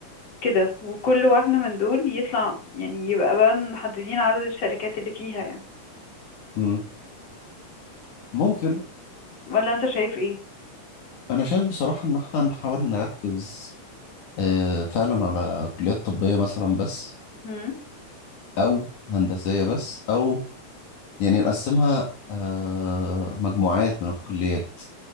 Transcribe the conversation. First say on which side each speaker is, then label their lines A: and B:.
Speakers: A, on the left; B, on the left.
A: كده وكل واحدة من دول يطلع يعني يبقى بقى محددين عدد الشركات اللي فيها يعني
B: مم. ممكن
A: ولا انت شايف ايه
B: أنا شايف بصراحة إن إحنا نحاول نركز آه، فعلا على كليات طبية مثلا بس
A: هم
B: أو هندسية بس أو يعني نقسمها آه، مجموعات من الكليات